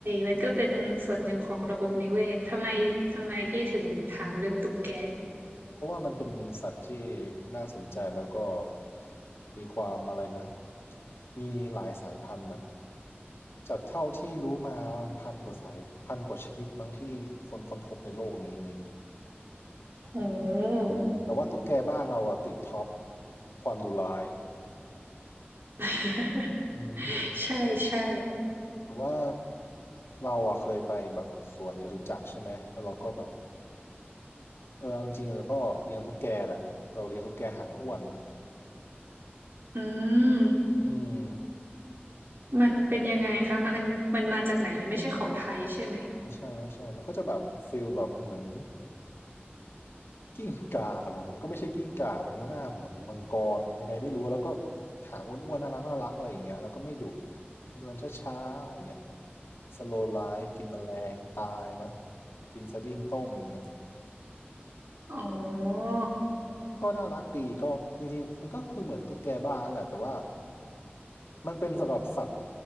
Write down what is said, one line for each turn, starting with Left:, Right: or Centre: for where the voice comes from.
Right: มันก็เป็นส่วนหนึ่งของระบบนิเวศทำไมทำไมพี่ถึงถามเรื่องตุ๊กแก
Left: เพราะว่ามันเป็นสัตว์ที่น่าสนใจแล้วก็มีความอะไรนะมีหลายสายพันธุ์อะจากเท่าที่รู้มามันพันกว่าสายพันกว่าชนิดมั้งที่คนค้นพบในโลกนี้อะไรเงี้ย
Right: โห
Left: แต่ว่าตุ๊กแกบ้านเราอะติดท็อปความดุร้าย
Right: <laughs>
Left: อืม
Right: ใช่ใช่
Left: หรือว่าเราอะเคยไปแบบสวนจตุจักรใช่ไหมแล้วเราก็แบบเออเอาจริงๆเราก็เลี้ยงตุ๊กแกแหละเราเลี้ยงตุ๊กแกหางอ้วน
Right: อืม
Left: อืม
Right: มันเป็นยังไงคะมันมันมาจากไหนมันไม่ใช่ของไทยใช่ไหม
Left: ไม่ใช่ไม่ใช่มันก็จะแบบฟิลแบบเหมือนกิ้งก่าเหรอมันก็ไม่ใช่กิ้งก่ามันก็หน้าเหมือนมังกรยังไงไม่รู้ แล้วก็หางอ้วนๆน่ารักน่ารักอะไรอย่างเงี้ยแล้วก็ไม่ดุเดินช้าๆอย่างเงี้ยสโลไลฟกินแมลงตายมั้งกินสดิ้งต้มอย่างเงี้ย
Right: อ๋อ
Left: ก็น่ารักดีก็จริงๆมันก็คือเหมือนตุ๊กแกบ้านแหละแต่ว่ามันเป็นสำหรับสัตว์